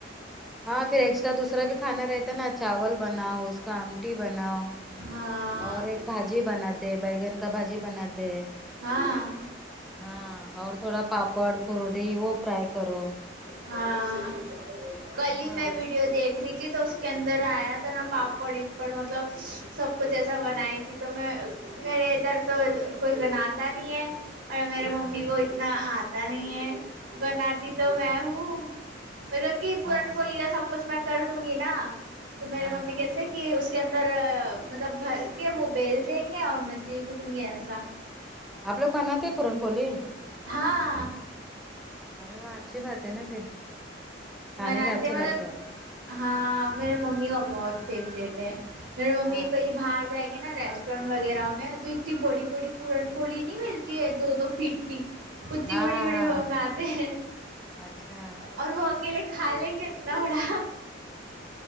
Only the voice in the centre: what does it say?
ہاں پھر ایکسٹرا دوسرا بھی کھانا رہتا ہے نا چاول بناؤ اس کا آمٹی بناؤ
اور ایک بھاجی بناتے بیگن کا بھاجی بناتے
ہاں اور تھوڑا پاپڑ کورٹیی وہ فرائی کرو
ہاں
ہاں
اچھا
ہاں
ہاں
ہاں
ہاں
آپ لوگ بناتے ہیں پورن پوری
ارے وہ اچھی بات ہے نا پھر کھانے
میں اچھے
لگتے آپ
ہاں
ہاں
ہاں
ہاں ہاں
اچھا